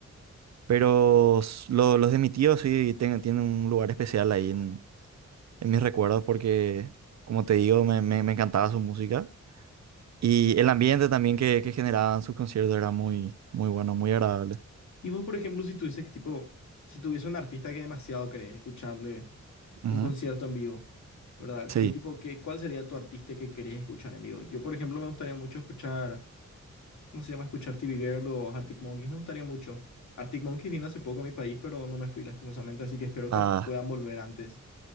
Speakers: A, on the right (about 65°); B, on the left (about 75°).
A: Pero s- lo- los de mi tío sí ten- tienen un lugar especial ahí en, en mis recuerdos porque, como te digo, me, me me encantaba su música. Y el ambiente también que, que generaban sus conciertos era muy, muy bueno, muy agradable.
B: Y vos, por ejemplo, si tuvieses que, tipo, si tuviese un artista que demasiado querés escucharle
A: Ujú.
B: un concierto en vivo, ¿verdad?
A: Sí,
B: ¿Qué tipo, qué, cuál sería tu artista que querés escuchar en vivo? Yo, por ejemplo, me gustaría mucho escuchar, ¿cómo se llama? Escuchar TV Girl o Arctic Monkeys, me gustaría mucho. Arctic Monkeys vino hace poco a mi país, pero no me fui lastimosamente, así que espero
A: ah,
B: que puedan volver antes,